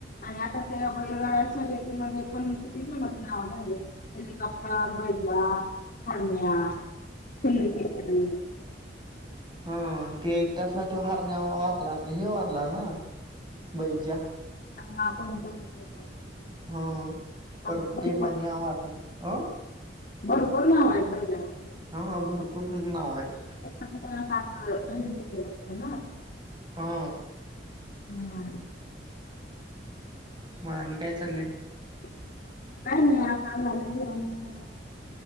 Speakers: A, on the left; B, on the right.
A: आणि आता ते बैलगड अस रतीमध्ये पण किती पणच नाव झाले, हेलिकॉप्टर बैजा हरण्या, <unintelligible>
B: हा ते ऐटातला कि हारण्या वारला हे वारला ना, बैजा.
A: हंहा कोणता होतं?
B: हं पर
A: आणखी भरपूर
B: ते म्हन आवारलं अ, <inaudible>
A: भरपूर नाव आहेत बैलांचे.
B: हा भरपूर नाव आहेत.
A: आताला पास टेन केलेलं असतं ना
B: हा,
A: हम्म,
B: मग आणि काय चाललंय.
A: <inaudible> काय नाही,